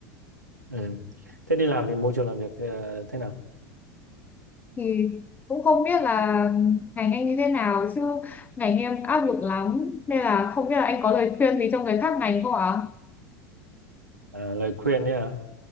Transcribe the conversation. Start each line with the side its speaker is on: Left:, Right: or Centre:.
Right: Ừ. Thế đi làm thì môi trường làm việc ờ, thế nào?
Left: thì cũng không biết là ngành anh như thế nào chứ ngành em áp lực lắm nên là không biết là anh có lời khuyên gì cho người khác ngành không ạ
Right: À, lời khuyên ấy hả?